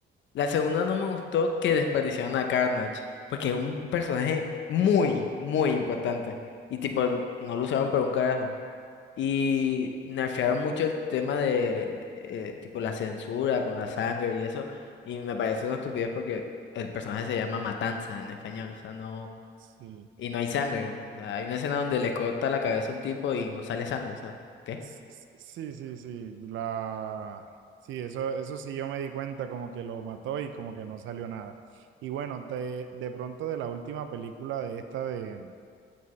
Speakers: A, on the left; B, on the right.
A: La segunda no me gustó que desperdiciaron a Carnage, porque es un personaje muy, muy importante. Y tipo, no lo usaron para un carajo. Y nerfearon mucho el tema de, eh, tipo, la censura con la sangre y eso. Y me parece una estupidez porque el personaje se llama Matanza en español. O sea, no...
B: Sí.
A: Y no hay sangre. O sea, hay una escena donde le corta la cabeza a un tipo y no sale sangre. O sea, ¿qué?
B: S- s- Sí, sí, sí. La sí, eso, eso sí yo me di cuenta, como que lo mató y como que no salió nada. Y bueno, te, de pronto de la última película de esta de